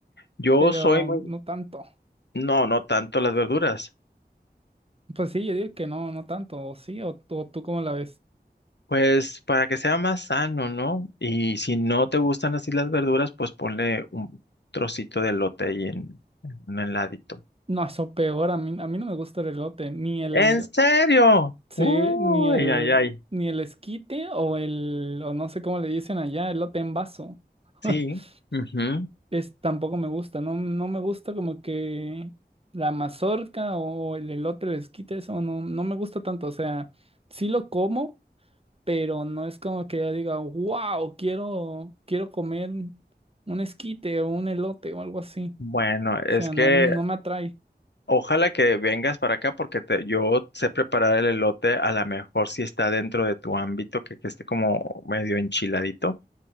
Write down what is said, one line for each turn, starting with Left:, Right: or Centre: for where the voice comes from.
Left: Yo
Right: pero
Left: soy muy,
Right: no tanto.
Left: no, no tanto las verduras.
Right: Pues sí, yo digo que no, no tanto, o sí, o, tú- o tú cómo la ves.
Left: Pues para que sea más sano, ¿no? Y si no te gustan así las verduras, pues ponle un trocito de elote ahí en, en un heladito.
Right: No, eso peor, a mí, a mí no me gusta el elote, ni el,
Left: ¿En serio?
Right: Sí,
Left: Uy,
Right: ni el,
Left: ay, ay.
Right: ni el esquite o el, o no sé cómo le dicen allá, elote en vaso.
Left: Sí.
Right: <laughs>
Left: ujú.
Right: Es, tampoco me gusta, no, no me gusta como que la mazorca o el elote, el esquite, eso no, no me gusta tanto. O sea, sí lo como, pero no es como que yo diga, wow, quiero, quiero comer un esquite o un elote o algo así.
Left: Bueno, es
Right: O sea,
Left: que
Right: no, no me atrae.
Left: ojalá que vengas para acá porque te, yo sé preparar el elote, a lo mejor si está dentro de tu ámbito, que, que esté como medio enchiladito.